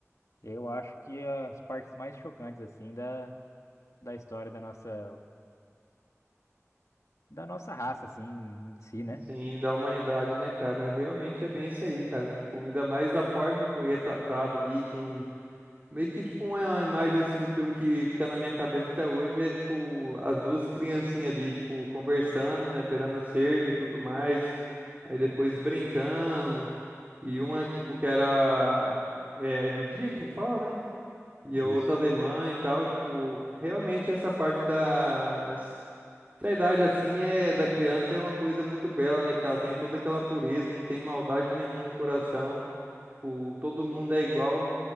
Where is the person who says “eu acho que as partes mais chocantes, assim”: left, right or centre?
Left